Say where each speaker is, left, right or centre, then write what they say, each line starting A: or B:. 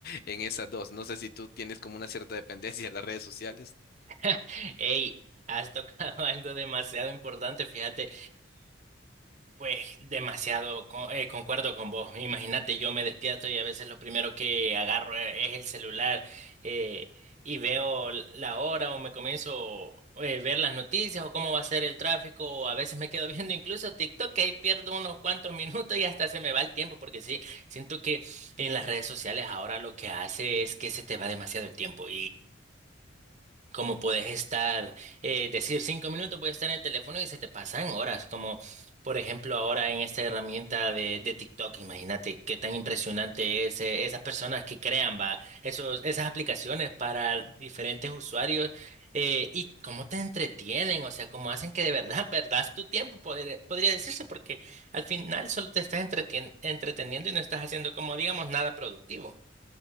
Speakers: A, on the left; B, on the right.
A: en esas dos. No sé si tú tienes como una cierta dependencia de las redes sociales.
B: <laughs> Ey, has tocado <laughs> algo demasiado importante, fíjate. Pues demasiado, co- eh, concuerdo con vos. Imagínate, yo me despierto y a veces lo primero que agarro e- es el celular eh, y veo l- la hora o me comienzo a ver las noticias o cómo va a ser el tráfico o a veces me quedo <laughs> viendo incluso TikTok que ahí pierdo unos cuantos minutos y hasta se me va el tiempo porque sí, siento que en las redes sociales ahora lo que hace es que se te va demasiado el tiempo como puedes estar, eh, decir cinco minutos, puedes estar en el teléfono y se te pasan horas, como por ejemplo ahora en esta herramienta de, de TikTok, imagínate qué tan impresionante es eh, esas personas que crean, va, esos, esas aplicaciones para diferentes usuarios eh, y cómo te entretienen, o sea, cómo hacen que de verdad <laughs> perdas tu tiempo, podría, podría decirse, porque al final solo te estás entretien- entreteniendo y no estás haciendo, como digamos, nada productivo.